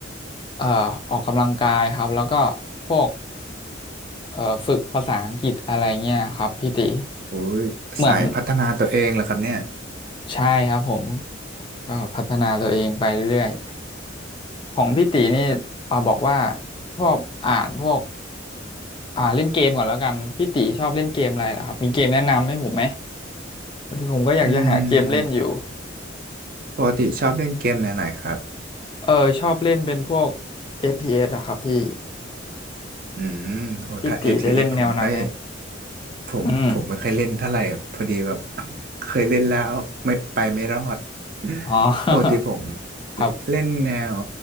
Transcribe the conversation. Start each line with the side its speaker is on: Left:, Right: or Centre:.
Left: เอ่อออกกำลังกายครับแล้วก็พวกเอ่อฝึกภาษาอังกฤษอะไรเงี้ยครับพี่ตี
Right: โอ้ยสายพัฒนาตัวเองเหรอครับเนี่ย
Left: เหมือน ใช่ครับผมก็พัฒนาตัวเองไปเรื่อยๆของพี่ตีนี่เอาบอกว่า
Right: ครับ
Left: ชอบอ่านพวกอ่าเล่นเกมก่อนแล้วกันพี่ตีชอบเล่นเกมอะไรล่ะครับมีเกมแนะนำให้ผมไหมพอดีผมก็อยากจะหาเกมเล่นอยู่
Right: อืมปกติชอบเล่นเกมแนวไหนครับ
Left: เออชอบเล่นเป็นพวก FPS เหอะครับพี่
Right: อืมโอ้ถ้า
Left: พี่ตีได้เล่นแนวนั้นไหม
Right: ATS ผมไม่ค่อยผมผมไม่ค่อยเล่นเท่าไหร่พอดีแบบ
Left: อืม
Right: <coughs> <laughs> เคยเล่นแล้วไม่ไปไม่รอด <coughs>
Left: อ๋อ
Right: <laughs> ปกติผม
Left: <laughs> ครับ
Right: จะเล่นแนว